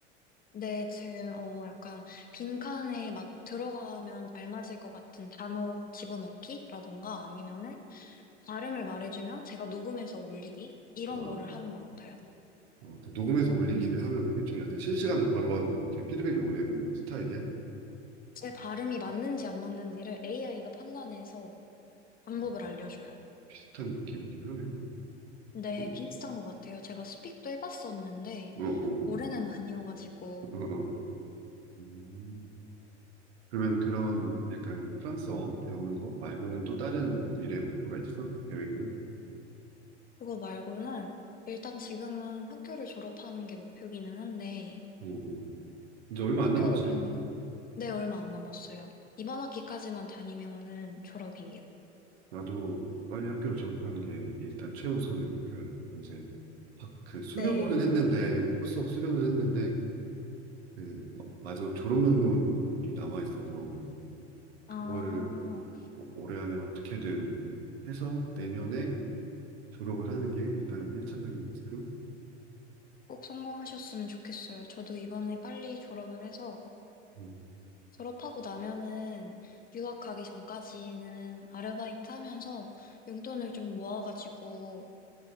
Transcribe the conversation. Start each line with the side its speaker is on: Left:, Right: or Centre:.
Left: 네, 제, 어, 약간, 빈칸에 막 들어가면 알맞을 것 같은 단어 집어넣기라던가 아니면은 발음을 말해주면 제가 녹음해서 올리기? 이런
Right: 아,
Left: 거를 하는 것 같아요.
Right: 어, 그 녹음해서 올리기를 하면 이렇게 좀 약간 실시간으로 바로바로 이렇게 피드백이 오는 스타일이야?
Left: 제 발음이 맞는지 안 맞는지를 AI가 판단해서 방법을
Right: 음,
Left: 알려줘요.
Right: 비슷한 느낌이긴 하네.
Left: 근데
Right: 어,
Left: 비슷한 것 같아요. 제가 스픽도 해봤었는데,
Right: 어, 어,
Left: 올해는
Right: 어,
Left: 아니어가지고,
Right: <laughs> 어. 음, 그러면 그런 약간 프랑스어 배우는 거 말고는 또 다른 뭐 미래 목표가 있어? 계획이나?
Left: 그거 말고는 일단 지금은 학교를 졸업하는 게 목표기는 한데,
Right: 응, 응. 이제 얼마
Left: 학교를
Right: 안 남았지.
Left: 졸업, 네, 얼마 안 남았어요. 이번 학기까지만 다니면은 졸업이에요.
Right: 나도 빨리 학교를 졸업하는 게 일단 최우선의 목표야. 이제 박- 그 수료는
Left: 네.
Right: 했는데 후속 수료는 했는데 그 마- 마지막 졸업 논문이 남아 있어서 그거를
Left: 아,
Right: 오- 올해 안에 어떻게든 해서 내년에 졸업을 하는 게 일단 1차적인 목표.
Left: 꼭 성공하셨으면 좋겠어요. 저도 이번에 빨리 졸업을 해서
Right: 음,
Left: 졸업하고 나면은 유학 가기 전까지는 아르바이트 하면서 용돈을 좀 모아가지고